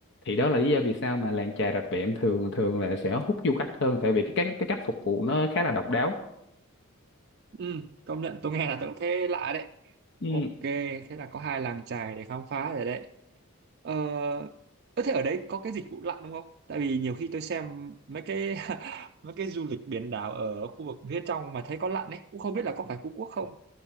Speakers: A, on the left (about 55°); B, on the right (about 50°).
A: thì đó là lý do vì sao mà làng chài Rạch Vẹm thường thường là sẽ hút du khách hơn tại vì cái cách cái cách phục vụ nó khá là độc đáo
B: ừ, công nhận tôi nghe là tôi cũng thấy lạ đấy.
A: Ừ.
B: Ok, thế là có hai làng chài để khám phá rồi đấy. Ờ, ơ thế ở đấy có cái dịch vụ lặn đúng không? Tại vì nhiều khi tôi xem mấy cái <laughs> mấy cái du lịch biển đảo ở khu vực phía trong mà thấy có lặn ấy, cũng không biết là có phải Phú Quốc không.